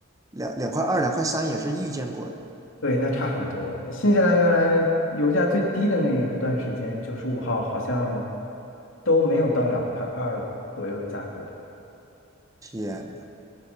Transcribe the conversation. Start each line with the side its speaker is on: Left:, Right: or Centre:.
Right: 两两块二、两块三也是遇见过的。
Left: 对那差很多。新西兰原来油价最低的那一段时间，九十五号好像都没有到两块二左右的价格。
Right: 天